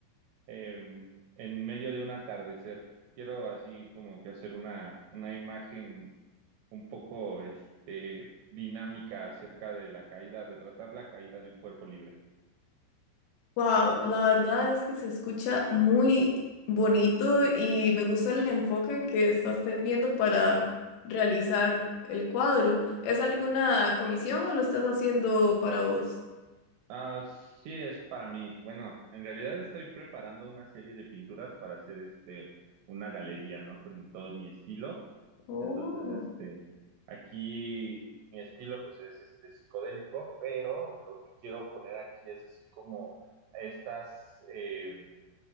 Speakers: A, on the right; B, on the left.
A: eh, en medio de un atardecer. Quiero así como que hacer una, una imagen un poco este, dinámica acerca de la caída, retratar la caída de un cuerpo libre.
B: wow, la verdad es que se escucha muy bonito y me gusta el enfoque que estás teniendo para realizar el cuadro. ¿Es alguna comisión o lo estás haciendo para vos?
A: Ah, sí, es para mí. Bueno, en realidad estoy preparando una serie de pinturas para hacer este una galería, ¿no? Con todo mi estilo.
B: Oh,
A: Entonces, este, aquí mi estilo pues es este psicodélico, pero lo que quiero poner aquí es así como estas eh,